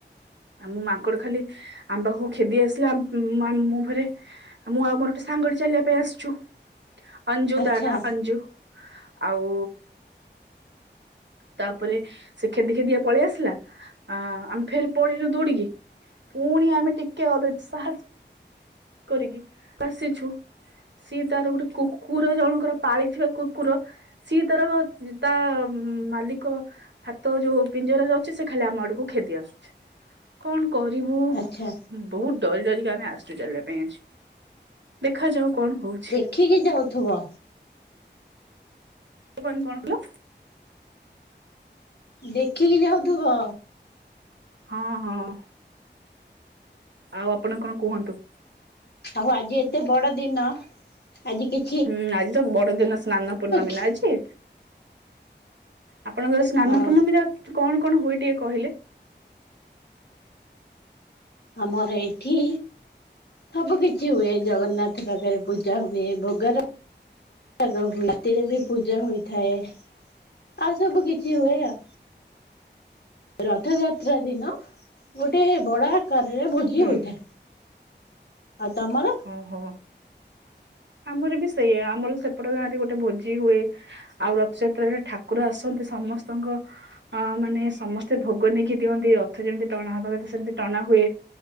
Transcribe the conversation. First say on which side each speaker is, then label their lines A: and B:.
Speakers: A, on the right; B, on the left.
A: ଆଉ ମୁଁ ମାଙ୍କଡ। ଖାଲି ଆମ ପାଖକୁ କ୍ଷେଦି ଆସିଲା ଆମ୍ ମୁଁ ଫେରେ। ଆ ମୁଁ ଆଉ ମୋର ସାଙ୍ଗଟେ ଚାଲିବା ପାଇଁ ଆସିଛୁ। ଅଞ୍ଜୁ
B: ଆଚ୍ଛା
A: ତା ନା ଅଞ୍ଜୁ ଆଉ। ତାପରେ ସେ ଖେଦି ଖେଦିକା ପଳେଇ ଆସିଲା। ଆ ଆମେ ଫେର ପଳେଇଲୁ ଦୌଡିକି। ପୁଣି ଆମେ ଟିକେ ଅଧେ ସାହସ। କରିକି ଆସିଛୁ। ସିଏ ତାର ଗୋଟେ କୁକୁର ଜଣଙ୍କର ପାଳିଥିବା କୁକୁର ସିଏ ତାର ତା ମାଲିକ ହାତ ଯୋଉ ପିଞ୍ଜରରା ରେ ଅଛି ସେ ଖାଲି ଆମ ଆଡକୁ ଖେଦି ଆସୁଛି। କଣ କରିବୁ
B: ଆଚ୍ଛା
A: ବହୁତ ଡରି ଡରିକି ଆମେ ଆସୁଛୁ ଜାଗା ପାଇଁ ଅଛି। ଦେଖାଯାଉ କଣ ହଉଛି।
B: ଖିକି ଯାଉଥିବ।
A: <unintelligible> କଣ କଲ?
B: ଦେଖିକି ଯାଉଥିବ।
A: ହଁ, ହଁ। ଆଉ ଆପଣ କଣ କୁହନ୍ତୁ?
B: ଆଉ ଆଜି ଏତେ ବଡ ଦିନ ଆଜି କି
A: ହୁଁ ଆଜି ତ ବଡଦିନ ସ୍ନାନ ପୂର୍ଣ୍ଣମୀ
B: କି
A: ନା ଆଜି। ଆପଣଙ୍କର ସ୍ନାନ
B: ହଁ
A: ପୂର୍ଣ୍ଣମୀରେ କଣ କଣ ହୁଏ ଟିକେ କହିଲେ?
B: ଆମର ଏଇଠି ସବୁ କିିଛି ହୁଏ ଜଗନ୍ନାଥ ପାଖରେ ପୂଜା ହୁଏ। ଭୋଗ ରାଗ ହୁଏ ରାତିରେ ବି ପୂଜା ହୋଇଥାଏ ଆଉ ସବୁ କିଛି ହୁଏ ଆଉ। ରଥଯାତ୍ରା ଦିନ ଗୋଟେ ବଡ଼ ଆକାରରେ ଭୋଜି
A: ହୁଁ।
B: ହୋଇଥାଏ। ଆଉ ତମର?
A: ଓହୋ! ଆମର ବି ସେଇଆ ଆମର ସେପଟ ଗାଁରେ ଗୋଟେ ଭୋଜି ହୁଏ। ଆଉ ରଥଯାତ୍ରାରେ ଠାକୁର ଆସନ୍ତି ସମସ୍ତଙ୍କ ଅ ମାନେ ସମସ୍ତେ ଭୋଗ ନେଇକି ଦିଅନ୍ତି ରଥ ଯେମିତି ଟଣା ହବା କଥା ସେମିତି ଟଣା ହୁଏ।